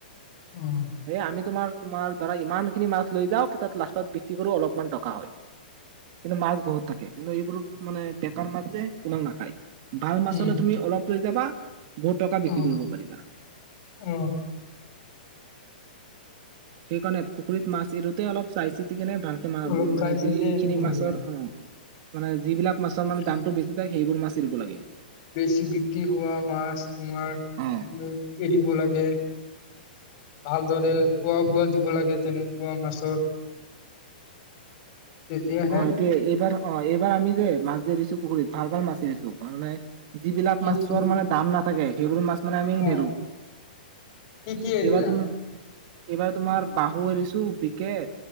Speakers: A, on the left (about 40°); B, on the right (about 40°).
A: উম
B: এ আমি তোমাৰ তোমাৰ ধৰা ইমান খিনি মাছ লৈ যাও তে তাত লাষ্টত বিক্ৰী কৰো অলপমান টকা হয়। কিন্তু মাছ বহুত থাকে কিন্তু এইবোৰো মানে বেকাৰ মাছ যে কোনেও নাখায়। ভাল
A: উম,
B: মাছ হলে তুমি অলপ লৈ যাবা টকা বিক্ৰী
A: অ',
B: কৰিব পাৰিবা।
A: অ',
B: সেইকাৰণে পুখুৰীত মাছ এৰোতে অলপ চাই চিতি কেনে ভালকে মা
A: অলপ চাই
B: মানে
A: চিতি
B: যিখিনি
A: এৰিব
B: মাছৰ
A: লাগে।
B: অহ মানে যিবিলাক মাছৰ মানে
A: উম,
B: দামটো বেছি তাক সেইবোৰ মাছ দিব লাগে।
A: বেছি বিক্ৰী হোৱা মাছ তোমাৰ
B: অ
A: উম এৰিব লাগে ভালদৰে খোৱা বোৱা দিব লাগে তেনেকোৱা মাছৰ তেতিয়াহে
B: অহ, এইটোয়ে এইবাৰ অহ এইবাৰ আমি যে মাছ যে এৰিছো পুখুৰীত ভাল- ভাল মাছ এৰিছো কাৰনে যিবিলাক
A: কি
B: মাছৰ
A: কি
B: মানে দাম নাথাকে সেইবোৰ মাছ মানে আমি
A: অ',
B: নেৰু
A: কি কি এৰিলা?
B: এইবাৰ টো এইবাৰ তোমাৰ বাহু এৰিছো বিকেট